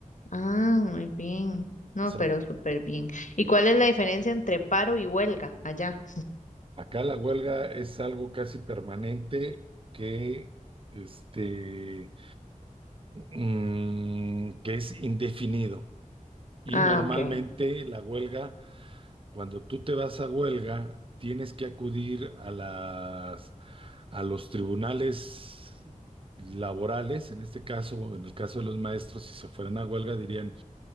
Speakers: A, on the left (about 65°); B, on the right (about 40°).
A: Ah, muy bien. No,
B: O sea,
A: pero súper bien. ¿Y cuál es la diferencia entre paro y huelga allá?
B: acá la huelga es algo casi permanente que este mm, que es indefinido. Y
A: Ah,
B: normalmente
A: ok.
B: la huelga, cuando tú te vas a huelga, tienes que acudir a las, a los tribunales laborales, en este caso, en el caso de los maestros, si se fueran a huelga, dirían,